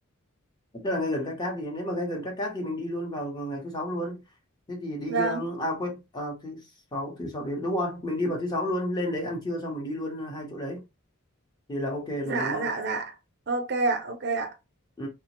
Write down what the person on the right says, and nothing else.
Vâng,
dạ
dạ dạ. Ok ạ, ok ạ.